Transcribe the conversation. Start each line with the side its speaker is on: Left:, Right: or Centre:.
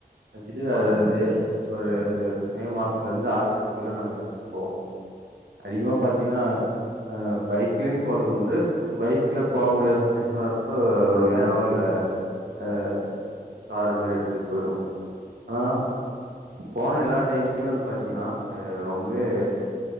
Right: ஆச்சுட்டு அத
Left: ஓ
Right: உள்ள
Left: சரி சரிங்க
Right: ஒரு மே மாசத்துல இருந்து ஆகாஸ்ட்க்குள்ள நாங்க போவோம் அதிகமா பாத்தீங்கன்னா அ பைக்லே போறது உண்டு பைக்ல போக முடியாத சுச்சிவேஷக்கு வரப்ப வேற ஒன்னு இல்ல அ காரு மாரி எடுத்துட்டு போயிடுவோம் ஆனா போன எல்லா டைமுமே வந்து பாத்தீங்கன்னா ரொம்பவே